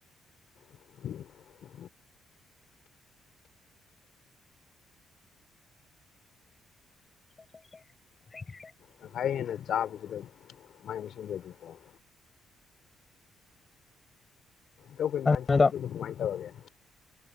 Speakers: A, on the left; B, on the left.
A: <inaudible>
B: <inaudible>
A: ꯇꯪꯈꯥꯏ ꯍꯦꯟꯅ ꯆꯥꯕꯁꯤꯗ꯫ ꯃꯥꯏ ꯑꯃ ꯁꯦꯝꯖꯔꯗꯤꯀꯤ꯫ ꯑꯩꯈꯣꯏ ꯅꯍꯥꯟ
B: ꯃꯥꯅꯤ
A: ꯁꯥꯟꯅꯩꯗꯨꯗꯣ
B: ꯏꯇꯥꯎ
A: ꯀꯃꯥꯏꯅ ꯇꯧꯔꯒꯦ꯫